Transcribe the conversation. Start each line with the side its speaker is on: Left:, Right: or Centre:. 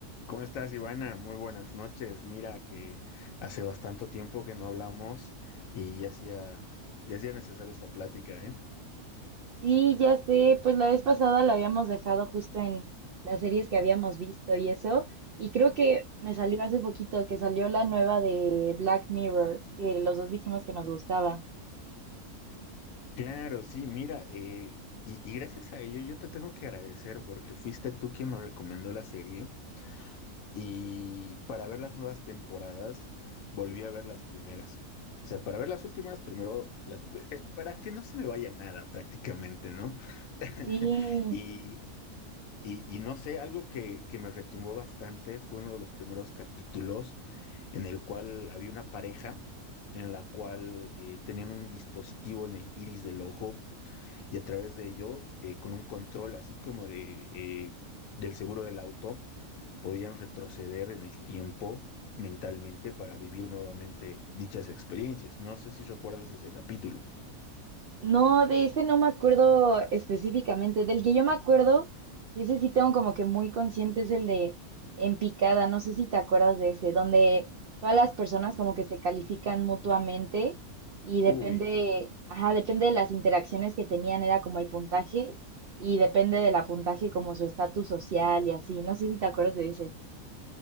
Left: ¿Cómo estás, Ivana? Muy buenas noches. Mira que hace bastante tiempo que no hablamos y ya hacía, ya hacía necesario esta plática, ¿eh?
Right: Sí, ya sé, pues la vez pasada lo habíamos dejado justo en las series que habíamos visto y eso, y creo que me salió hace poquito que salió la nueva de Black Mirror, que los dos dijimos que nos gustaba.
Left: Claro, sí, mira, eh, y, y gracias a ello yo te tengo que agradecer porque fuiste tú quien me recomendó la serie y para ver las nuevas temporadas volví a ver las primeras. O sea, para ver las últimas, primero las... eh, para que no se me vaya nada prácticamente, ¿no? <laughs>
Right: Sí,
Left: Y Y, y no sé, algo que, que me retumbó bastante fue uno de los primeros capítulos en el cual había una pareja en la cual eh, tenían un dispositivo en el iris del ojo y a través de ello, eh, con un control así como de, eh, del seguro del auto, podían retroceder en el tiempo mentalmente para vivir nuevamente dichas experiencias. No sé si recuerdas ese capítulo.
Right: No, de ese no me acuerdo específicamente. Del que yo me acuerdo, que ese sí tengo como que muy consciente, es el de En Picada. No sé si te acuerdas de ese, donde todas las personas como que se califican mutuamente y depende,
Left: Uy,
Right: ajá, depende de las interacciones que tenían, era como el puntaje y depende del puntaje como su estatus social y así. No sé si te acuerdas de ese.